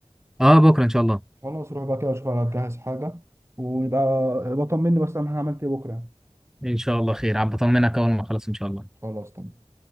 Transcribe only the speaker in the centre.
اه بكره ان شاء الله
ان شاء الله خير عم بطمنك اول ما اخلص ان شاء الله